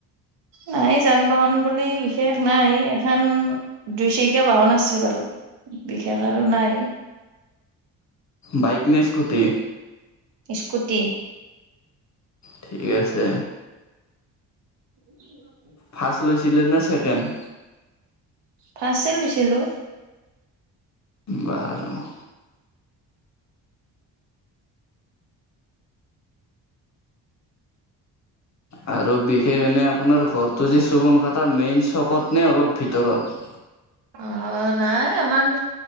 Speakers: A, on the right; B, on the left.
A: নাই যান বাহন বুলি বিশেষ নাই এখন, দুই চাৰকীয়া বাহন আছে বাৰু বিশেষ আৰু নাই।
B: বাইক নে স্কুটি,
A: স্কুটি,
B: ঠিক আছে।
A: <unintelligible>
B: ফাৰ্ষ্ট লৈছিলে নে ছেকেণ্ড,
A: ফাৰ্ষ্ট চে লৈছিলোঁ।
B: বাৰু আৰু বিশেষ এনে আপোনাৰ ঘৰটো যে চুবন কাটাৰ মেইন চকত নে অলপ ভিতৰত।
A: অ নাই আমাৰ